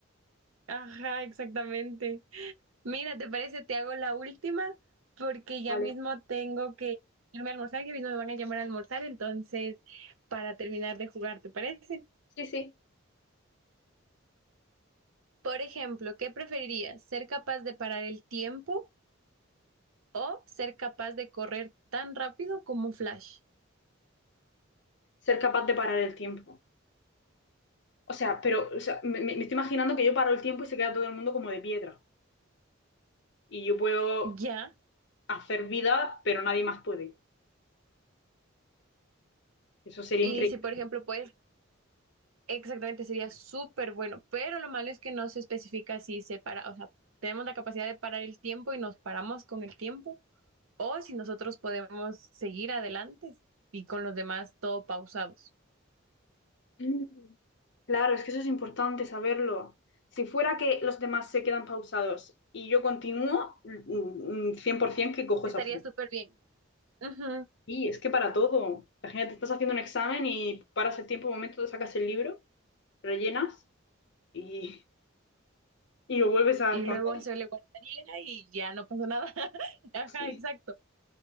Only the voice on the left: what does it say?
Vale.
Sí, sí.
ser capaz de parar el tiempo. O sea, pero o sea, me, me estoy imaginando que yo paro el tiempo y se queda todo el mundo como de piedra. Y yo puedo
hacer vida, pero nadie más puede. Eso sería
increíble.
Mm. Claro, es que eso es importante saberlo. Si fuera que los demás se quedan pausados y yo continúo, mm, mm, 100% que cojo
esa opción.
Y es que para todo. Imagínate, estás haciendo un examen y paras el tiempo, un momento, te sacas el libro, rellenas y, y lo vuelves a
contar.
<laughs>